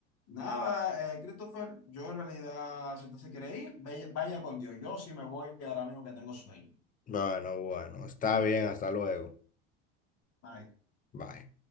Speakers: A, on the left (about 50°); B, on the left (about 25°).
A: nada, eh, Christopher, yo en realidad, si usted se quiere ir, vaya, vaya con Dios, yo sí me voy ahora mismo que tengo sueño.
B: Bueno, bueno, está bien, hasta luego.
A: Bye.
B: Bye.